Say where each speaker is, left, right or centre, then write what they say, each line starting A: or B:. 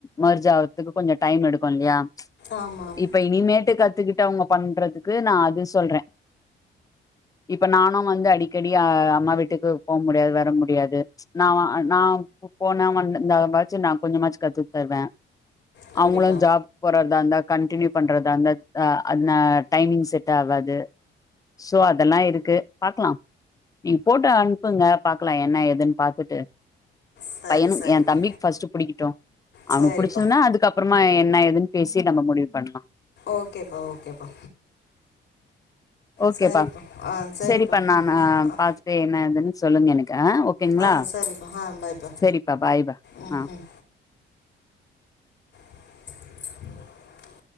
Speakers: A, on the left; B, on the left.
A: மெர்ஜ் ஆறதுக்கு கொஞ்சோ டைம் எடுக்கு இல்லயா ச்
B: ஆமாம்
A: இப்ப இனிமேட்டு கத்துக்கிட்டு அவங்க பண்றதுக்கு நா அது சொல்றே இப்ப நானு வந்து அடிக்கடி அம்மா வீட்டுக்கு போ முடியாது வர முடியாது நா நா போன வந் இந்தச்சு நா கொஞ்சமாச்சு கத்து தருவே
B: கண்டிப்பா
A: அவுங்களு ஜாப் போ இருந்தா கண்டியூ பண்றதா இருந்தா அ அந்த டைமிங் செட் ஆவாது சோ அதெல்லா இருக்கு பாக்கலாம் நீங்க ஃபோட்டோ அனுப்புங்க பாக்கலா என்ன ஏதுன்னு பாத்துட்டு
B: சரி
A: பையனு
B: சரிப்பா
A: எ தம்பிக்கு பர்ஸ்ட்டு புடிக்கட்டு
B: சரிப்பா
A: அவனுக்கு புடிச்சதுன்னா அதுக்கப்பறமா என் என்ன ஏதுன்னு பேசி நம்ம முடிவு பண்லா
B: ஓகேப்பா ஓகேப்பா
A: ஓகேப்பா
B: சரிப்பா ஆ
A: சரிப்பா நா
B: ம் ஆ ஆ
A: பாத்துட்டு என்ன ஏதுன்னு சொல்லுங்க எனக்கு ஓகேங்களா
B: ஆ சரிப்பா ஆ பாய்ப்பா
A: சரிப்பா பாய்ப்பா
B: ம்
A: ஆ
B: ம் <inaudible>